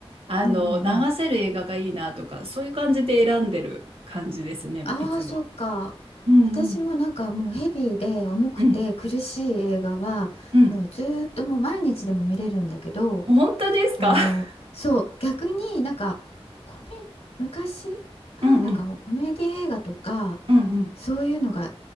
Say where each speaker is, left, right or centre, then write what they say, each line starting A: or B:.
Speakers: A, on the right; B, on the left.
A: あの、
B: うんうんうん
A: 流せる映画がいいなとか、そういう感じで選んでる感じですね、
B: ああ、
A: いつも。
B: そうか。
A: うんうん。
B: 私もなんかもうヘビーで重くて苦しい映画はもうずーっともう毎日でも見れるんだけど、
A: うん。うん。本当ですか
B: あの、
A: <laughs>
B: そう、逆になんかコメ、昔はなんかもうコメディ映画とか
A: うんうん。うんうん。
B: そういうのが